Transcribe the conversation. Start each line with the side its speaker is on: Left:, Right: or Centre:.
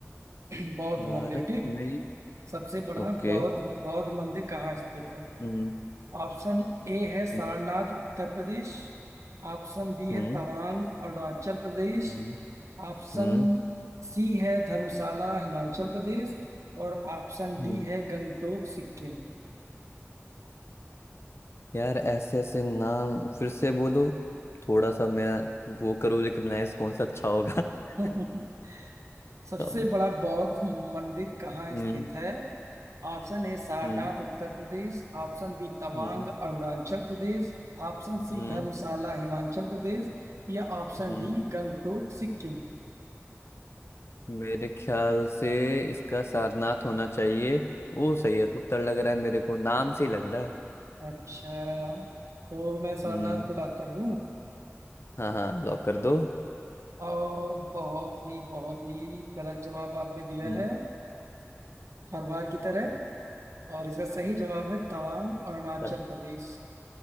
Right: <clears throat> बौद्ध
Left: भारत
Right: मंदिर ठीक है
Left: में
Right: सबसे बड़ा
Left: ओके
Right: बौद्ध बौद्ध मंदिर कहाँ स्थित है
Left: हम्म
Right: ऑप्शन ए है सारनाथ
Left: हम्म
Right: उत्तर प्रदेश ऑप्शन बी है
Left: हम्म
Right: तवांग अरुणाचल प्रदेश
Left: हम्म
Right: ऑप्शन
Left: हम्म,
Right: सी है धर्मशाला हिमाचल प्रदेश और ऑप्शन
Left: हम्म।
Right: डी है गंगटोक सिक्किम
Left: यार ऐसे ऐसे नाम फिर से बोलो थोड़ा सा मैं वो करूँ रिकग्नाइज कौन सा अच्छा होगा <laughs>
Right: <laughs> सबसे
Left: और
Right: बड़ा बौद्ध मंदिर कहाँ
Left: हम्म
Right: स्थित है Option A Sarnath
Left: हम्म
Right: Uttar Pradesh option B Tawang
Left: हम्म
Right: Arunachal Pradesh option C
Left: हम्म
Right: Dharamshala Himachal Pradesh या ऑप्शन
Left: हम्म।
Right: डी गंगटोक सिक्किम
Left: मेरे ख्याल से इसका सारनाथ होना चाहिए वो सही है उत्तर लग रहा है मेरे को नाम से ही लग रहा है
Right: अच्छा तो मैं सारनाथ
Left: हम्म
Right: को लॉक कर दूं
Left: हाँ हाँ लॉक कर दो
Right: और बहुत ही बहुत ही गलत जवाब आपने दिया
Left: हम्म
Right: है हर बार की तरह और इसका सही जवाब है तवांग अरुणाचल
Left: <laughs>
Right: प्रदेश